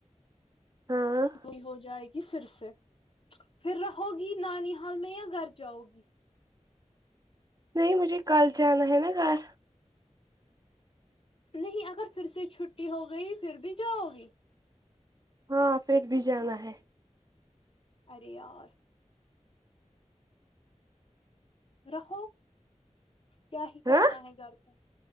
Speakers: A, on the right; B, on the left.
A: ہاں
B: گئی ہو جائے گی پھر سے پھر رہو گی نانی حال میں یا گھر جاؤ گی
A: نہیں مجھے کل جانا ہے نا گھر
B: نہیں اگر پھر سے چھٹی ہو گئی پھر بھی جاؤ گی
A: ہاں پھر بھی جانا ہے
B: ارے یار رہو کیا ہی کرنا
A: ہاں
B: ہے گھر پہ